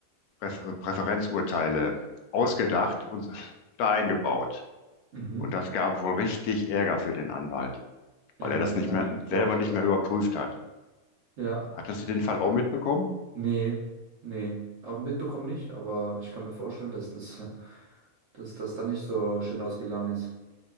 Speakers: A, on the left; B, on the right.
A: Präf Präferenzurteile ausgedacht und da eingebaut.
B: Mhm.
A: Und das gab wohl richtig Ärger für den Anwalt,
B: Ja,
A: weil er das nicht
B: kann
A: mehr
B: ich mir
A: selber
B: vorstellen.
A: nicht mehr überprüft hat.
B: Ja.
A: Hattest du den Fall auch mitbekommen?
B: Nee, nee. Aber mitbekommen nicht, aber ich kann mir vorstellen, dass das, <laughs> dass das da nicht so schön ausgegangen ist.